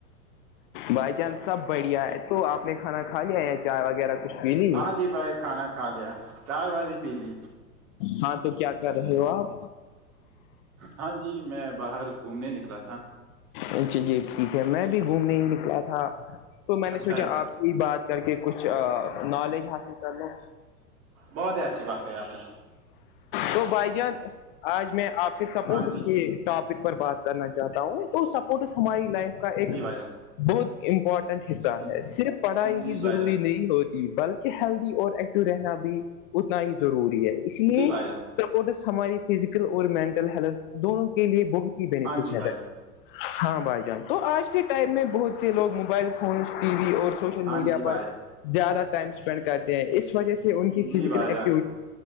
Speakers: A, on the left; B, on the right.
A: بائی چانس سب بڑھیا ہے تو آپ نے کھانا کھا لیا یا چائے وغیرہ کچھ پی لی
B: ہاں جی بھائی کھانا کھا لیا چائے وائے بھی پی لی
A: ہاں تو کیا کر رہے ہو آپ
B: ہاں جی میں باہر گھومنے نکلا تھا
A: چ چلیے ٹھیک ہے میں بھی گھومنے ہی نکلا تھا تو میں نے
B: اچھا
A: سوچا
B: ہے جی
A: آپ سے بات کر کے کچھ نالج حاصل کر ل
B: بہت ہی اچھی بات کہی آپ نے
A: تو بھائی جان آج میں آپ سے سپورٹس
B: ہاں جی
A: کی ٹاپک پر بات کرنا چاہ چاہتا ہوں تو سپورٹس ہماری لائف کا ایک
B: جی بھائی
A: بہت امپورٹنٹ حصہ
B: جان
A: ہے صرف پڑھائی
B: جی
A: ہی ضروری
B: بھائی جان
A: نہیں ہوتی بلکہ ہیلدی اور ایک رہنا بھی اتنا ہی ضروری ہے اس لیے
B: جی بھائی جان
A: سپورٹس ہماری فزیکل اور مینٹل ہیلتھ دونوں کے لیے بہت ہی بینیفیشیل
B: ہاں جی بھائی
A: ہے
B: جان
A: ہاں بھائی جان تو آج کے ٹائم میں بہت سے لوگ موبائل فونس ٹی وی اور سوشل
B: ہاں
A: میڈیا
B: جی بھائی
A: پر زیادہ ٹائم اسپینڈ کرتے ہیں اس وجہ سے ان کی
B: جی
A: فزیکل
B: بھائی
A: ایکٹیویٹی
B: جان